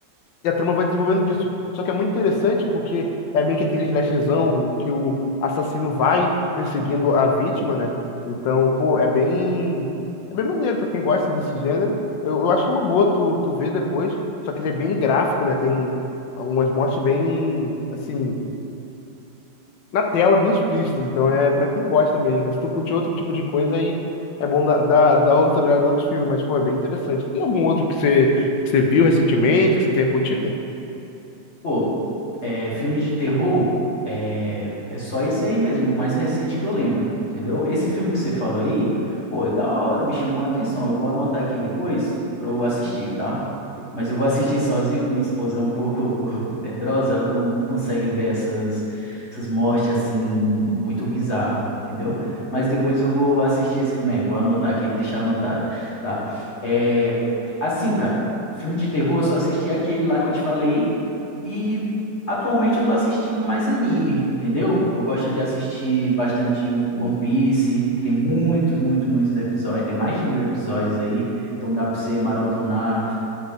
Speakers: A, on the left; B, on the left.
A: E a trama vai desenvolvendo disso. Só que é muito interessante porque é meio que aquele slashzão que o assassino vai perseguindo a vítima, né? Então, pô, é bem. É bem maneiro pra quem gosta desse gênero. Eu, eu acho que é uma boa tu, tu ver depois. Só que ele é bem gráfico, né? Tem umas mortes bem, assim, na tela, bem explícitas. Então é pra quem gosta mesmo. né? Se tu curte outro tipo de coisa, aí é bom dar, dar, dar outra olhada em outros filmes. Mas, pô, é bem interessante. Tem algum outro que você, que você viu recentemente, que você tenha curtido?
B: Pô, é, filme de terror é, é só esse aí mesmo, o mais recente que eu lembro, entendeu? Esse filme que você falou aí, pô, é da hora, me chamou a atenção, eu vou anotar aqui depois pra eu assistir, tá? Mas eu vou assistir sozinho, que minha esposa é um pouco <laughs> medrosa, ela não, não consegue ver essas, essas mortes assim, muito bizarras, entendeu? Mas depois eu vou assistir esse filme aí, vou anotar aqui, vou deixar anotado. Tá. É, assim, cara, filme de terror eu só assisti aquele lá que eu te falei, e atualmente eu tô assistindo mais anime, entendeu? Eu gosto de assistir bastante o One Piece, que tem muitos, muitos, muitos episódios, tem mais de mil episódios aí, então dá pra você maratonar.